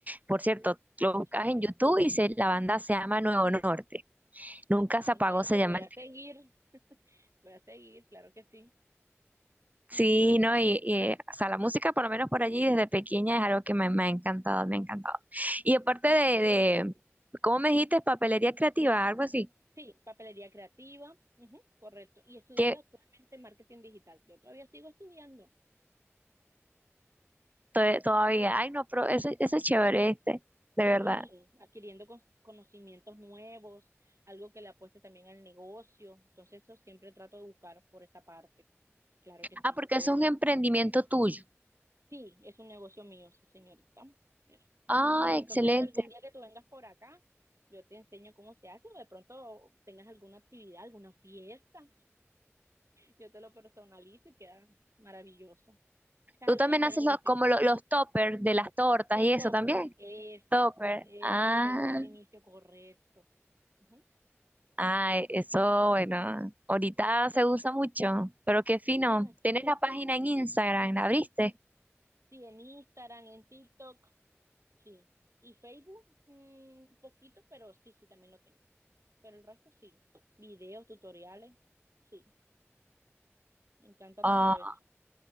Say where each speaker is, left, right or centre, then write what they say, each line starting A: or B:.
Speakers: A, on the right (about 35°); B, on the right (about 80°).
A: Por cierto, lo
B: Está
A: buscas
B: chévere.
A: en YouTube y se- la banda se llama Nuevo Norte. Nunca
B: Ah,
A: se apagó,
B: bueno,
A: se
B: te voy
A: llama el
B: a
A: tema.
B: seguir, voy a seguir, claro que sí.
A: Sí, no, y, y, o sea, la música, por lo menos por allí, desde pequeña es algo que me, me ha encantado, me ha encantado. Y aparte de,
B: Ok.
A: de, ¿cómo me dijiste? Papelería creativa, algo así,
B: Sí, papelería creativa, ujú, correcto. Y estudio
A: que
B: actualmente marketing digital. Yo todavía sigo estudiando.
A: to- todavía, ay, no, pero eso, eso es chévere este, de
B: Sí,
A: verdad.
B: adquiriendo cos- conocimientos nuevos, algo que le apueste también al negocio. Entonces, eso siempre trato de buscar por esa parte. Claro que sí.
A: Ah, porque eso es un emprendimiento tuyo.
B: Sí, es un negocio mío, sí, señorita. Ver.
A: Ah,
B: Ah, Entonces,
A: excelente.
B: algún día que tú vengas por acá, yo te enseño cómo se hace o de pronto tengas alguna actividad, alguna fiesta. yo te lo personalizo y queda maravilloso. O sea,
A: Tú
B: es algo
A: también
B: diferente.
A: haces los, como lo- los toppers de las tortas
B: K-Topper,
A: y eso también.
B: eso.
A: Topper.
B: Eso
A: Ah,
B: es lo que te decía al inicio, correcto. Ujú.
A: ay, eso, bueno, ahorita se usa mucho, pero qué fino.
B: Sí, bastante.
A: ¿Tienes la página en Instagram? ¿La abriste?
B: Sí, en Instagram, en TikTok, sí. Y Facebook, mm, un poquito, pero sí, sí, también lo tengo. Pero el resto sí. Videos, tutoriales, sí. Me encanta todo
A: Ah,
B: eso.